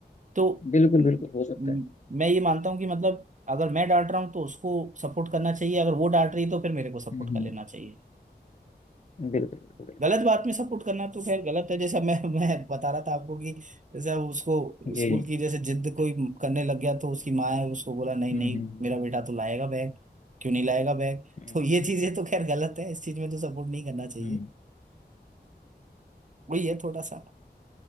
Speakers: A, on the right; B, on the left.
A: तो
B: बिल्कुल
A: म,
B: बिल्कुल हो सकता
A: म,
B: है
A: मैं ये मानता हूँ कि मतलब अगर मैं डांट रहा हूँ तो उसको सपोर्ट करना चाहिए अगर वो डांट रही है तो फिर मेरे को सपोर्ट
B: हम्म
A: कर
B: हम्म,
A: लेना चाहिए
B: बिल्कुल बिल्कुल बिल्कुल
A: गलत बात में सपोर्ट करना तो खैर गलत है जैसा मैं मैं बता रहा था आपको कि जैसे उसको
B: जी
A: स्कूल की जैसे जिद कोई करने लग गया तो उसकी माँ है उसको बोला नहीं
B: हम्म
A: नहीं
B: हम्म
A: मेरा बेटा तो लाएगा बैग क्यों नहीं लाएगा बैग <laughs>
B: हम्म,
A: तो ये चीजें तो खैर गलत है इस चीज में तो सपोर्ट नहीं करना चाहिए
B: हम्म
A: वही है थोड़ा सा